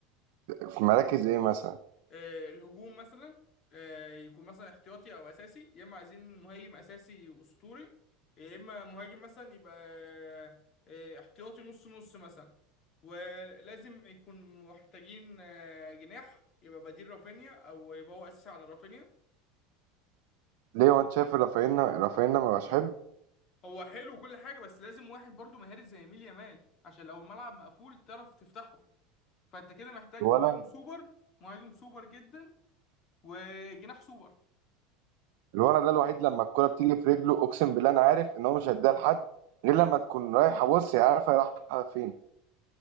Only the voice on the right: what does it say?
في مراكز ايه مثلا
ليه هو انت شايف رافينا رافينا ما بقاش حلو
ولا
الولد ده الوحيد لما الكرة بتيجي في رجله اقسم بالله انا عارف ان هو مش هيديها لحد غير لما تكون رايحة بص هي عارفة هي رايحة فين